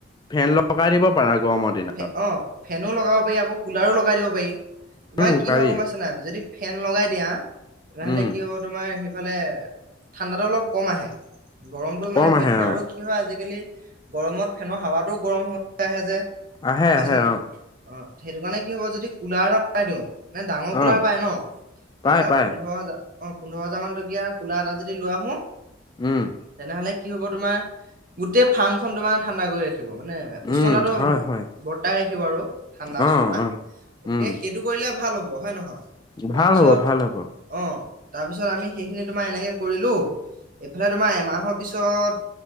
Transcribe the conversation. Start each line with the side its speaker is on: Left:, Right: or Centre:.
Left: ফেন লগাই দিব পাৰা গৰমৰ দিনত
Right: ফে অ', ফেনো লগাব পাৰি আকৌ কুলাৰো লগাই দিব পাৰি। তোমাৰ
Left: উম
Right: কি
Left: পাৰি
Right: হয় গম পাইছা নাই যদি ফেন লগাই দিয়া তেনেহলে
Left: উম
Right: কি হ'ব তোমাৰ সেইফালে ঠাণ্ডাটো অলপ কম আহে গৰমটো
Left: কম
Right: মানে হৈ
Left: আহে
Right: থাকে
Left: অ
Right: আৰু কি হয় আজিকালি গৰমত ফেনৰ হাৱাটো গৰম হৈ আহে যে,
Left: আহে
Right: গম
Left: আহে
Right: গাইছা নাই?
Left: অ
Right: অ', সেইটো কাৰণে কি হব যদি কুলাৰ এটা লগাই দিওঁ। মানে ডাঙৰ
Left: অ
Right: কুলাৰ পায় ন'
Left: পাই
Right: ধৰি লোৱাক
Left: পাই
Right: পোন্ধৰ হাজাৰ অ', পোন্ধৰ হাজাৰ মান টকীয়া কুলাৰ এটা যদি লই আহোঁ
Left: উম,
Right: তেনেহলে কি হব তোমাৰ গোটেই ফাৰ্ম খন তোমাৰ ঠাণ্ডা কৰি ৰাখে থাকিব মানে উচ্চতাটো
Left: উম হয় হয়
Right: বৰ্তাই ৰাখিব আৰু ঠাণ্ডা
Left: অ
Right: চন্দা
Left: অ
Right: গতিকে
Left: উম
Right: সেইটো কৰিলে ভাল হ'ব হয় নহয়?
Left: ভাল
Right: তাৰপিছত
Left: হ'ব ভাল হ'ব
Right: অ', তাৰপিছত আমি সেইখিনি তোমাৰ এনেকে কৰিলো এইফালে তোমাৰ এমাহৰ পিছত